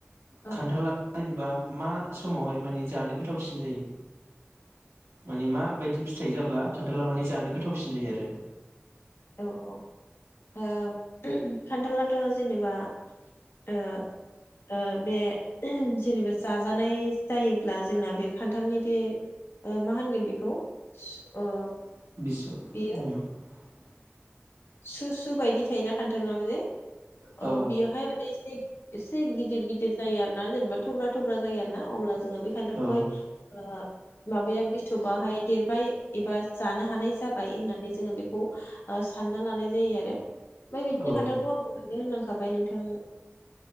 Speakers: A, on the left; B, on the right.
A: औ
B: खान्थाला जेनेबा मा समावहाय माने जानो गोथावसिन जायो माने, माबायदि फिथाइ जाब्ला खान्थाला माने जानो गोथावसिन जायो आरो।
A: औ औ ओ खान्थालाथ' जेनेबा ओ ओ बे जेनेबा जाजानाय जायोब्ला जोंना बे खान्थालनि बे ओ मा होनगोन बेखौ ओ
B: <unintelligible>
A: बेयो सु सु बायदि थायोना खान्थालनाव जे
B: औ
A: अ बियोहाय माने एसे गिदिर गिदिर जायो आरो ना जेनेबा थब्रा थब्रा जायो आरो ना अब्ला जोङो बे खान्थालखौहाय
B: औ
A: ओ माबाया बिसबाहाय देरबाय एबा जानो हानाय जाबाय होननानै जोङो बेखौ सानना लानाय जायो आरो ओमफ्राय बिदिनो
B: औ
A: खान्थालखौ आं दहायनो होनलांखाबाय नोंथां।